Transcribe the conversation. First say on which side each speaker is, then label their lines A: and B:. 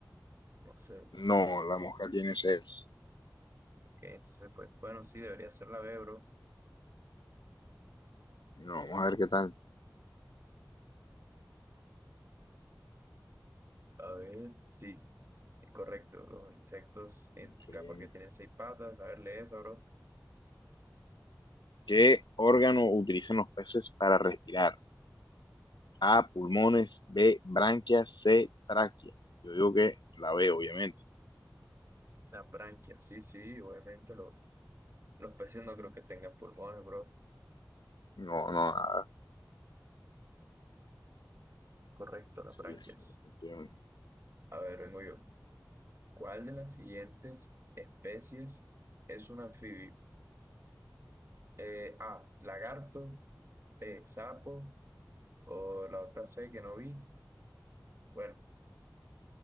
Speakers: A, on the right; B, on the left.
A: No sé. Ok,
B: No, la mosca tiene seis.
A: entonces, pues, bueno, sí, debería ser la B, bro.
B: No, vamos a ver qué tal.
A: A ver, sí, es correcto. Los insectos identificados
B: Qué bien.
A: porque tienen seis patas. A ver, lee esa, bro.
B: ¿Qué órgano utilizan los peces para respirar? A, pulmones, B, branquias, C, tráquea. Yo digo que la B, obviamente.
A: Las branquias, sí, sí, obviamente los, los peces no creo que tengan pulmones, bro.
B: No, no, a-
A: Correcto, las
B: sí,
A: branquias.
B: sí, efectivamente.
A: A ver, vengo yo. ¿Cuál de las siguientes especies es un anfibio? Eh, A, lagarto, B, sapo, o la otra C que no vi. Bueno,